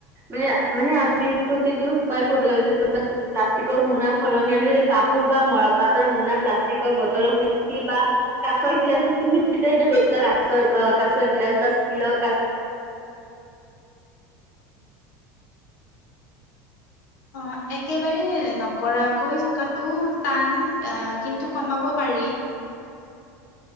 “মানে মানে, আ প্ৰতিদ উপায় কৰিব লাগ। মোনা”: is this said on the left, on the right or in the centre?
Right